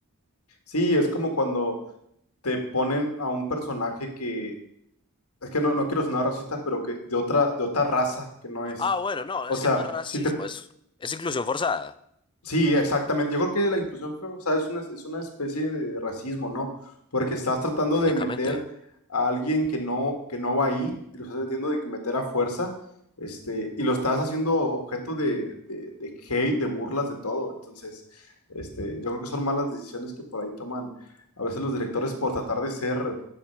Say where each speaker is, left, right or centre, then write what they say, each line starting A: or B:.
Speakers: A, on the left; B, on the left.
A: Sí, es como cuando te ponen a un personaje que, es que no, no quiero sonar racista, pero que de otra, de otra raza que no es.
B: Ah, bueno, no,
A: O
B: es
A: sea,
B: que no es racismo,
A: si te,
B: es, es inclusión forzada,
A: sí, exactamente. Yo creo que la inclusión forzada es una, es una especie de racismo, ¿no? Porque estás tratando
B: técnicamente.
A: de meter a alguien que no, que no va ahí, y lo estás metiendo de que meter a fuerza, este, y lo estás haciendo objeto de, de, de hate, de burlas, de todo. Entonces, este, yo creo que son malas decisiones que por ahí toman a veces los directores por tratar de ser